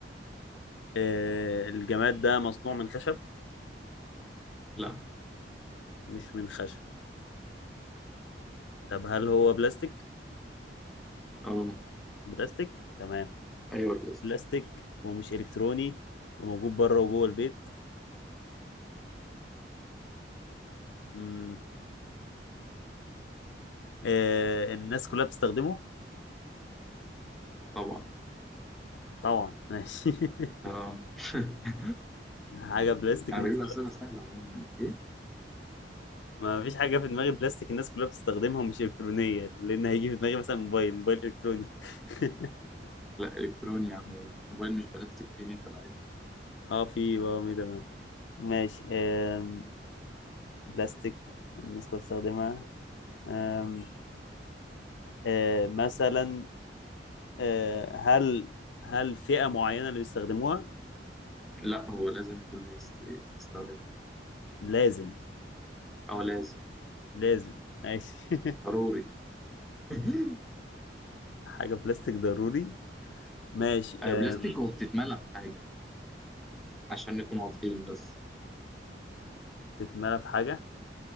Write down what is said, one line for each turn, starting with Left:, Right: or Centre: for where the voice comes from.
Left: آه، الجماد ده مصنوع من خشب
Centre: لا
Left: مش من خشب طب هل هو بلاستيك
Centre: اه
Left: بلاستيك تمام
Centre: ايوه البلاستيك
Left: بلاستيك ومش الكتروني وموجود بره وجوه البيت امم آه الناس كلها بتستخدمه
Centre: طبعا
Left: طبعا ماشي
Centre: اه
Left: <laughs>
Centre: <laughs>
Left: حاجه بلاستيك
Centre: انا
Left: الناس
Centre: بجيب
Left: كلها
Centre: اسئله سهله عموما ايه
Left: ما فيش حاجه في دماغي بلاستيك الناس كلها بتستخدمها ومش الكترونيه لان هيجي في دماغي مثلا موبايل موبايل الكتروني <laughs>
Centre: لا الكتروني يا عم الموبايل مش بلاستيك فيه ميتال عادي
Left: اه في بقى تمام ماشي آم، بلاستيك الناس كلها بتستخدمها آم، آه، مثلا آه، هل هل فئة معينة اللي بيستخدموها
Centre: لا هو لازم كله يست- يستخدمه
Left: لازم
Centre: اه لازم
Left: لازم ماشي <laughs>
Centre: ضروري <laughs>
Left: حاجة بلاستيك ضروري ماشي
Centre: آه،
Left: آم،
Centre: بلاستيك وبتتملى بحاجه عشان نكون واضحين بس
Left: تتملى في حاجة